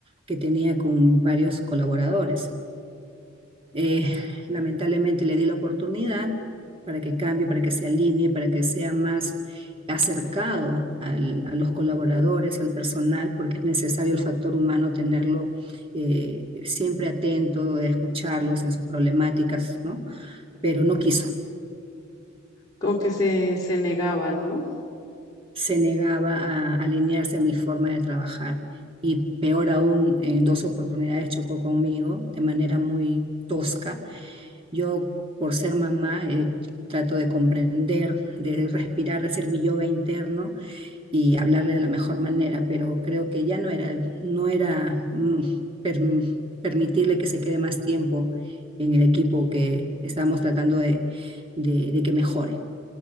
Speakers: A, on the right; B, on the left.
A: que tenía con varios colaboradores. Eh, lamentablemente le di la oportunidad para que cambie, para que se alinee, para que sea más acercado al- a los colaboradores, al personal, porque es necesario el factor humano tenerlo eh, siempre atento, escucharlos en sus problemáticas, ¿no? Pero no quiso,
B: Como que se, se negaba, ¿no?
A: se negaba a alinearse a mi forma de trabajar. Y peor aún, en dos oportunidades chocó conmigo de manera muy tosca. Yo, por ser mamá, eh, trato de comprender, de respirar, de hacer mi yoga interno y hablarle de la mejor manera, pero creo que ya no era, no era mm, per- permitirle que se quede más tiempo en el equipo que estábamos tratando de, de de que mejore.